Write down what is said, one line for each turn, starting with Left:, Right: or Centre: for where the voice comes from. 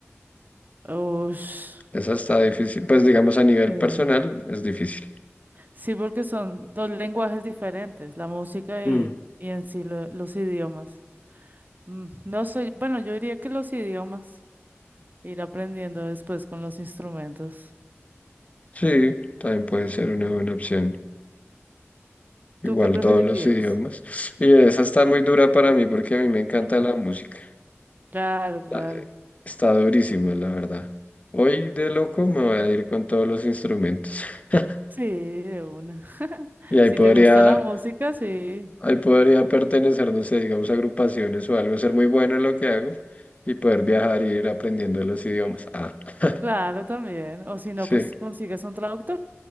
Right: Ush,
Left: esa está difícil. Pues digamos a nivel
Right: eh,
Left: personal es difícil.
Right: sí, porque son dos lenguajes diferentes, la música
Left: Mm.
Right: y, y en sí lo- los idiomas. Mm, no sé, bueno, yo diría que los idiomas, ir aprendiendo después con los instrumentos.
Left: Sí, también puede ser una buena opción. Igual
Right: ¿Tú qué preferirías?
Left: todos los idiomas. Y esa está muy dura para mí porque a mí me encanta
Right: <laughs>
Left: la música.
Right: Claro, claro.
Left: La- Está durísima, la verdad. Hoy de loco me voy a ir con todos los instrumentos. <laughs>
Right: Sí, de una. <laughs>
Left: Y ahí
Right: Si
Left: podría,
Right: te gusta la música, sí,
Left: ahí podría pertenecer, no sé, digamos, a agrupaciones o algo, ser muy bueno en lo que hago y poder viajar y ir aprendiendo los idiomas. Ah, <laughs>
Right: claro, también. O si no,
Left: sí,
Right: pues consigues un traductor